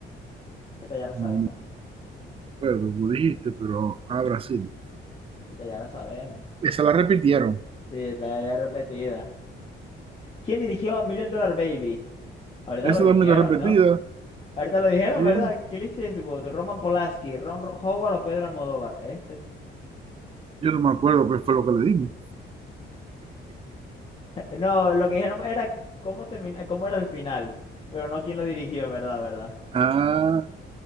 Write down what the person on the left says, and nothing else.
Esta ya la sabemos.
Esta ya la sabemos.
Sí, esta ya es repetida. ¿Quién dirigió Million Dollar Baby? Ahorita
lo dijeron,
¿no? Ahorita lo dijeron,
¿verdad? Clint Eastwood, Roman Polanski, Ron Ro- Howard o Pedro Almodóvar. Este. <laughs>
No, lo que dijeron era cómo termina, cómo era el final, pero no quién lo dirigió, ¿verdad? ¿Verdad?